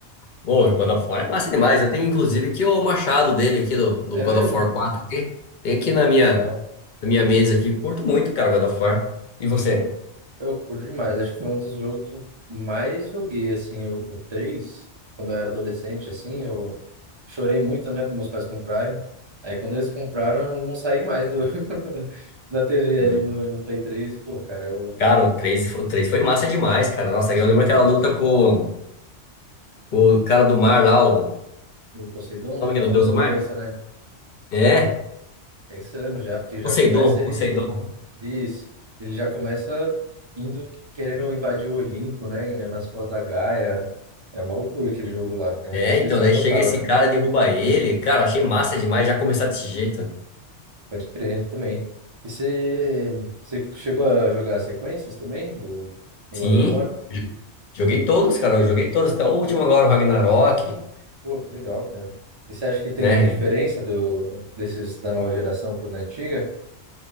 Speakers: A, on the left (about 55°); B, on the right (about 45°).
A: Bom, o God of War é massa demais. Eu tenho inclusive aqui o machado dele aqui do, do
B: É
A: God
B: mesmo?
A: of War 4 aqui. Tem aqui
B: Pô,
A: na
B: que
A: minha,
B: legal.
A: na minha mesa aqui. Curto muito, cara, God of War. E você?
B: Pô, eu curto demais. Acho que foi um dos jogos que eu mais joguei, assim, o, o 3, quando eu era adolescente, assim, eu chorei muito, né, para meus pais comprarem. Aí quando eles compraram, eu não saí mais do, <laughs> da TV
A: Não.
B: ali no, no Play três Pô, cara, eu
A: Cara, o três o três foi massa demais, cara. Nossa,
B: massa
A: eu lembro
B: demais.
A: aquela luta com, com o cara do mar lá, o o
B: O Poseidon
A: nome que
B: é
A: é do
B: logo
A: Deus
B: no
A: do
B: começo,
A: Mar?
B: né?
A: É,
B: Pensando já, porque já
A: Poseidon,
B: começa ele.
A: Poseidon.
B: Isso. Ele já começa indo querendo invadir o Olimpo, né? Nas costas da Gaia. É uma loucura aquele jogo lá. É
A: É,
B: destruição
A: então, daí
B: total,
A: chega esse
B: né?
A: cara, derruba ele. Cara, achei massa demais já começar desse jeito.
B: Pode crer também. E você, você chegou a jogar as sequências também do, do
A: Sim,
B: God of War?
A: joguei todos, cara. Eu joguei todos, até o último agora, o Ragnarok,
B: Pô, que legal, cara. E você acha que tem
A: né?
B: muita diferença do, desses da nova geração pro da antiga?